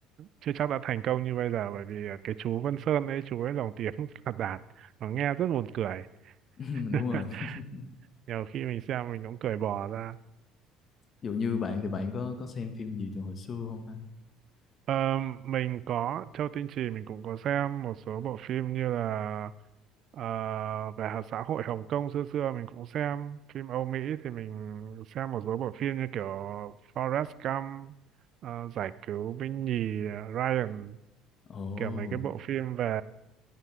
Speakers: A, on the right (about 55°); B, on the left (about 45°).
A: chưa chắc đã thành công như bây giờ bởi vì à, cái chú Vân Sơn ấy chú ấy lồng tiếng <laughs> là đạt nó nghe rất buồn cười
B: <laughs>
A: <laughs>
B: đúng rồi <laughs>
A: nhiều khi mình xem mình cũng cười bò ra
B: Dù như bạn thì bạn có có xem phim gì từ hồi xưa không ha?
A: Ờ, mình có Châu Tinh Chỉ mình cũng có xem một số bộ phim như là Ờ, về hạt xã hội Hồng Kông xưa xưa mình cũng xem phim Âu Mỹ thì mình xem một số bộ phim như kiểu Forrest Gump ờ, giải cứu binh nhì ờ, Ryan
B: Ồ,
A: kiểu mấy cái bộ phim về